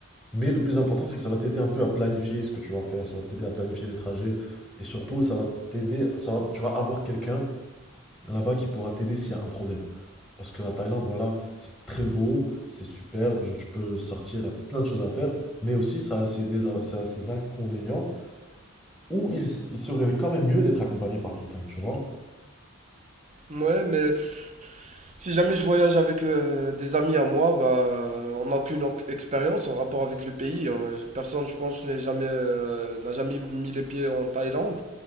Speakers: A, in the centre; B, on the right.
A: Mais le plus important, c'est que ça va t'aider un peu à planifier ce que tu vas faire. Ça va t'aider à planifier les trajets. Et surtout, ça va t'aider, ça va, tu vas avoir quelqu'un là-bas qui pourra t'aider s'il y a un problème. Parce que la Thaïlande, voilà, c'est très beau, c'est superbe, genre tu peux sortir, il y a plein de choses à faire, mais aussi ça a ses, désa- ça a ses inconvénients où il, s- il serait quand même mieux d'être accompagné par quelqu'un, tu vois?
B: Ouais, mais Si jamais je voyage avec euh, des amis à moi, bah, euh, on n'a aucune en- expérience en rapport avec le pays. On n'a- personne, je pense, n'est jamais, euh, n'a jamais mis les pieds en Thaïlande.